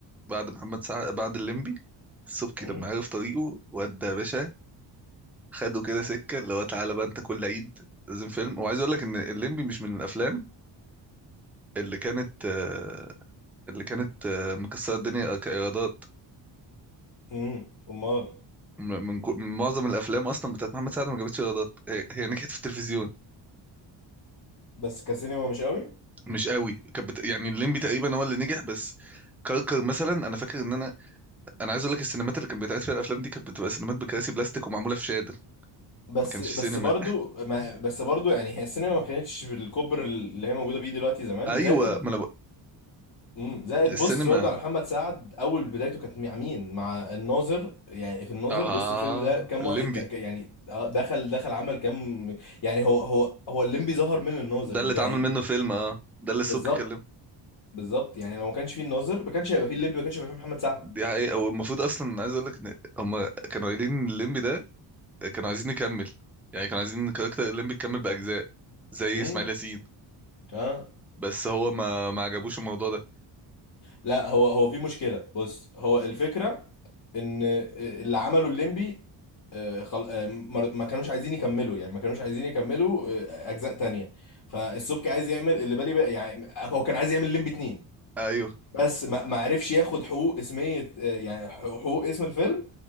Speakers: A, in the centre; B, on the left.
A: بعد محمد سعد بعد الليمبي السبكي
B: مم.
A: لما عرف طريقه ودى يا باشا خده كده سكة اللي هو تعالى بقى انت كل عيد لازم فيلم وعايز اقول لك ان الليمبي مش من الافلام اللي كانت آه، اللي كانت آه، مكسرة الدنيا كإيرادات
B: مم. امال
A: م- من, كو- من معظم الأفلام أصلا بتاعت محمد سعد ما جابتش إيرادات هي, هي نجحت في التلفزيون
B: بس كسينما مش قوي
A: مش قوي كانت بت... يعني الليمبي تقريبا هو اللي نجح بس كركر مثلا انا فاكر ان انا انا عايز اقول لك السينمات اللي كانت بيتعرض فيها الافلام دي كانت بتبقى سينمات بكراسي بلاستيك ومعموله في شاده
B: بس
A: ما كانش
B: بس
A: سينما
B: برضو ما بس برضو يعني هي السينما ما كانتش بالكبر اللي هي موجوده بيه دلوقتي زمان
A: ايوه
B: زائد
A: ما انا ب...
B: مم، زائد
A: السينما
B: بص برضو على محمد سعد اول بدايته كانت مع مين مع الناظر يعني في الناظر
A: اه
B: بص الفيلم ده كام
A: الليمبي
B: واحد ك... ك- يعني آه، دخل دخل عمل كام يعني هو هو هو الليمبي ظهر من الناظر
A: ده اللي اتعمل
B: يعني
A: منه فيلم اه ده اللي السبكي
B: بالظبط
A: كلمه
B: بالظبط يعني لو ما كانش فيه الناظر ما كانش هيبقى فيه الليمبي ما كانش هيبقى فيه محمد سعد
A: دي حقيقة والمفروض اصلا عايز اقول لك ان هم كانوا قايلين إن الليمبي ده كانوا عايزين نكمل يعني كانوا عايزين كاركتر الليمبي يكمل باجزاء زي
B: امم
A: اسماعيل ياسين
B: اه
A: بس هو ما ما عجبوش الموضوع ده
B: لا هو هو في مشكله بص هو الفكره ان اللي عمله الليمبي آه، خل... آه، ما ما كانوش عايزين يكملوا يعني ما كانوش عايزين يكملوا آه، اجزاء تانية فالسبكي عايز يعمل اللي بالي بقى يعني هو كان عايز يعمل الليمبي اتنين
A: ايوه
B: بس ما, ما عرفش ياخد حقوق اسمية آه، يعني حقوق حقوق اسم الفيلم